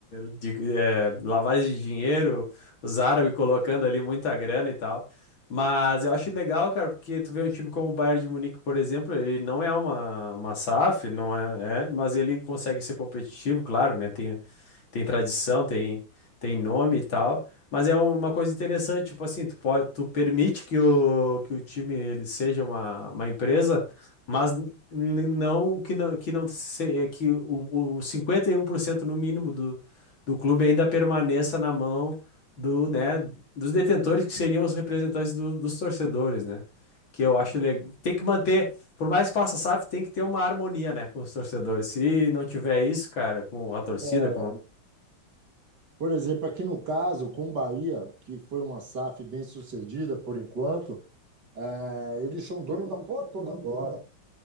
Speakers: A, on the left; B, on the right.
A: de eh, lavagem de dinheiro, os árabes colocando ali muita grana e tal. Mas eu acho legal, cara, porque tu vê um time como o Bayern de Munique, por exemplo, ele não é uma, uma SAF, não é, é, mas ele consegue ser competitivo, claro, né? Tem tem tradição, tem, tem nome e tal. Mas é uma coisa interessante, tipo assim, tu pode, tu permite que o, que o time ele seja uma, uma empresa, mas n- n- não que não que não se, é que o, o 51% no mínimo do, do clube ainda permaneça na mão do, né, dos detentores que seriam os representantes do- dos torcedores, né? Que eu acho legal. Tem que manter, por mais que faça SAF, tem que ter uma harmonia, né, com os torcedores. Se não tiver isso, cara, com a torcida,
B: É, Por exemplo, aqui no caso, com o Bahia, que foi uma SAF bem sucedida por enquanto, é, eles são donos da porra toda agora.